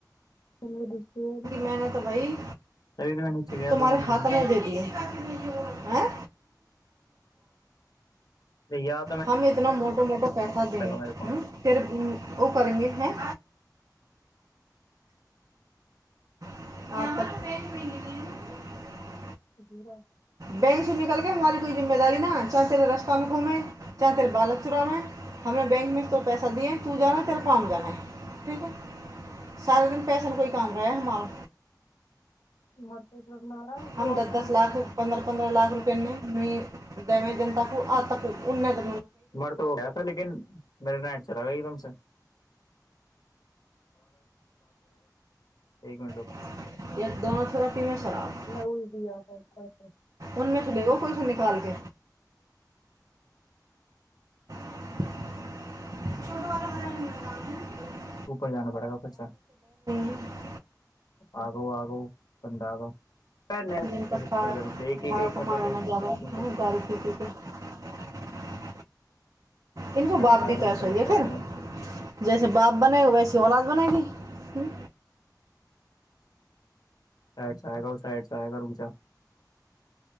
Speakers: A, on the left; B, on the right.
A: हमें दूसरी वाली
B: मैंने तो भई
A: तभी तो मैं नीचे गया
B: तुम्हारे
A: दो मिनट
B: हाथ
A: के
B: में दे दिए। हाँ
A: तैयार
B: हम इतना मोटे-मोटे पैसा दें
A: मेरे को
B: फिर वो करेंगे हैं आफत
A: इ फिर आए।
B: बैंकसे निकलके हमारी कोइ जिम्मेदारी ना चाहे तेरे रास्तामे घूमे चाहे तेरे बालक चोराबें, हमने बैंकमे से तो पैसा दिए तू जा कांम्फर्म कर ठीक है सारे दिन पैसन के ही काम रहैय हमारो।
A: मरते सर मारा
B: हम
A: तो
B: दस-दस
A: ऑफलाइन
B: लाख
A: मारा
B: पन्द्रह-पन्द्रह लाख रुपया पेमेंट भी देबैय जनता को आ तक उन्नत
A: भर तो वो गया था लेकिन मेरे नेट चला गया एकदम से एक मिनट रूक।
B: <unintelligible> ये दोनों थेरेपी में सराब
A: मैं
B: है
A: उड़ भी आता हूँ करते
B: उनमें से लेले कोई सा भी चल दे। छोटवला लेने मैं जा रहा हूँ
A: ऊपर जाना पड़ेगा खुद से
B: हैं,
A: आगउ-आगउ पंडा आ गउ नहि-नहि
B: जिनका खाए खाए
A: एक
B: कमाया
A: मिनट रूक-एक
B: ना जावा
A: मिनट
B: हम्म,
A: रूक
B: दारू पी पी के <unintelligible> इनके
A: साइड
B: बात
A: से आएगा
B: भी थोड़ा
A: साइड
B: सुन ले
A: से आएगा
B: फिर जैसे बाप बनेगा वैसे औलाद बनेगी। हूँ
A: सा चाय गर्म चाय